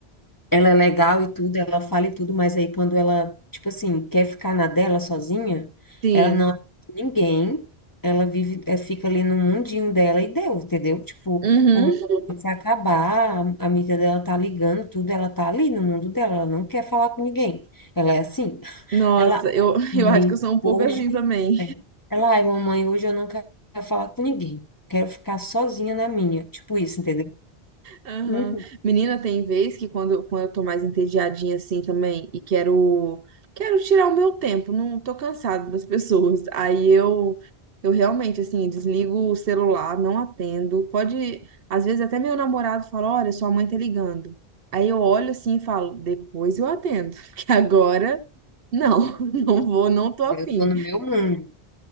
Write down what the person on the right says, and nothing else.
sim,
uhum.
Nossa,
eu, <laughs>
eu acho que eu sou um
pouco assim também.
Aham.
Menina, tem vez que quando, quando eu tô mais entediadinha assim também e quero quero tirar o meu tempo, não tô cansada das pessoas. Aí eu eu realmente assim desligo o celular, não atendo. Pode, às vezes até meu namorado fala, olha, sua mãe tá ligando. Aí eu olho assim e falo, depois eu atendo, <laughs> porque agora não, <laughs> não vou, não tô afim.